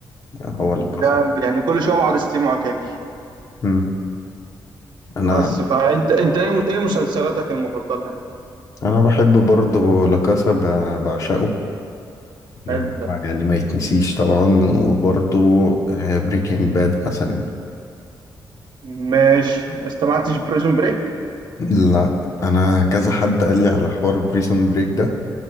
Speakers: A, on the left (about 40°); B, on the right (about 65°).
A: هو
B: وده
A: لا كاسا
B: يعني كل شويه بقعد استمعه تاني
A: مم. انا
B: بس فانت انت ايه ايه مسلسلاتك المفضله يعني
A: انا بحب برضه لا كاسا ب- بعشقه اللي
B: حلو
A: هو
B: ده
A: يعني ما يتنسيش طبعا وبرضه بريكنج باد مثلا
B: ماشي ما استمعتش بريزون بريك
A: لا انا كذا حد قال لي على حوار بريسون بريك ده